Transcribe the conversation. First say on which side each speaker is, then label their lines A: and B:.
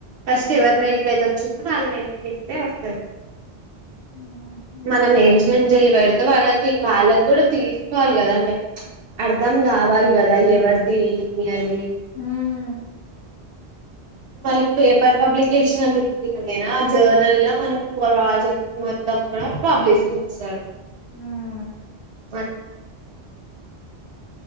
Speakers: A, on the right; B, on the left.
A: ఫస్ట్
B: ఆ
A: ఎవరిమెయిల్కైతే చిక్క పాలపాకెట్ తెస్తే వస్తారు
B: ఆహా
A: <unintelligible> మనమే ఎలిజి గంజలి బెడితే వాళ్ళకి వాళ్ళక్కూడా తీస్కోవాలి గదా <unintelligible> అర్ధం గావాలి గదా ఎవరిదీ అని
B: హ్మ్
A: మళ్ళీ పేపర్ పబ్లికేషన్ <unintelligible> నేనా జర్నల్ లో మనం ప్రాజెక్ట్ మొత్తం గూడా పబ్లిష్ చేస్తారు.
B: హ్మ్
A: <unintelligible>